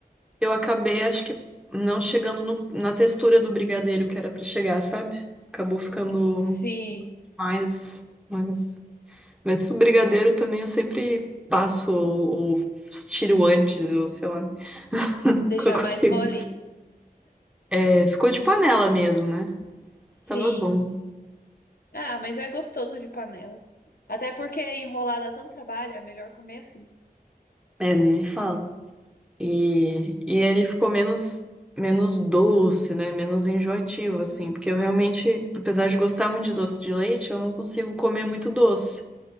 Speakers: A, in the centre; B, on the left.
A: Eu acabei, acho que não chegando no- na textura do brigadeiro que era pra chegar, sabe? Acabou ficando
B: sim.
A: mais, mais. Mas o brigadeiro também eu sempre passo ou, ou tiro antes, ou sei lá. Nunca
B: Deixar
A: <laughs> consigo.
B: mais molinho.
A: É, ficou de panela mesmo, né?
B: Sim.
A: Tava bom.
B: Ah, mas é gostoso de panela. Até porque enrolar dá tanto trabalho, é melhor comer assim.
A: É, nem me fala. E, e ele ficou menos, menos doce, né? Menos enjoativo,
B: Uhum,
A: assim. Porque eu realmente, apesar de gostar muito de doce de leite, eu não consigo comer muito doce.